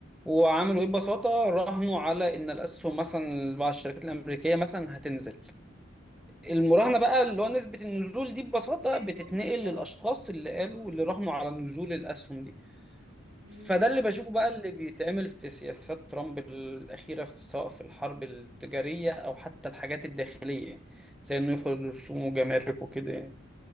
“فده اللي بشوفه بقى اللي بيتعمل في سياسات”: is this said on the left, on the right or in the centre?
Centre